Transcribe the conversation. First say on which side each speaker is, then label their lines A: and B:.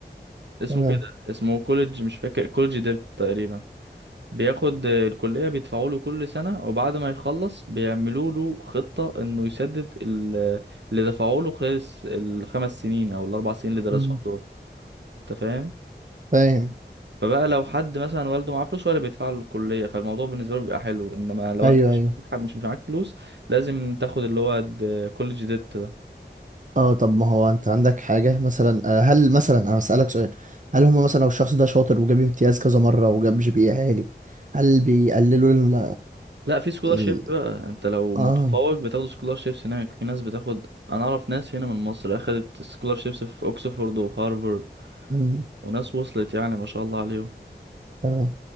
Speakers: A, on the right (about 75°); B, on the right (about 45°).
A: اسمه
B: تمام
A: كده اسمه كوليدج مش فاكر كوليدج ديبت تقريبا بياخد آه، الكلية بيدفعوا له كل سنة وبعد ما يخلص بيعملوا له خطة انه يسدد ال- اللي دفعوا له خلال الس- الخمس سنين او الاربع سنين اللي درسهم
B: مم.
A: دول انت فاهم
B: فاهم
A: فبقى لو حد مثلا والده معاه فلوس ولا بيدفع له الكلية فالموضوع بالنسبة له بيبقى حلو انما لو
B: ايوه
A: انت مش
B: ايوه
A: معاك- مش مش معاك فلوس لازم تاخد اللي هو كوليدج ديبت
B: اه طب ما هو انت عندك حاجه مثلا آه، هل مثلا انا اسالك سؤال هل هم مثلا لو الشخص ده شاطر وجاب امتياز كذا مره وجاب جي بي اي عالي هل بيقللوا ال
A: لا في سكولار
B: ال-
A: شيب بقى انت لو متفوق
B: اه
A: بتاخد سكولار شيبس هناك في ناس بتاخد انا اعرف ناس هنا من مصر اخدت سكولار شيبس في اوكسفورد وفي هارفارد
B: مم،
A: وناس وصلت يعني ما شاء الله عليهم
B: تمام